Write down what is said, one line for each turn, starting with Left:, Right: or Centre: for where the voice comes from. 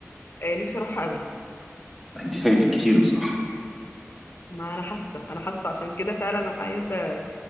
Left: آه، نفسي اروحها قوي
Centre: انت فايتك كتير بصراحه
Left: ما انا حاسه انا حاسه عشان كده فعلا عايزه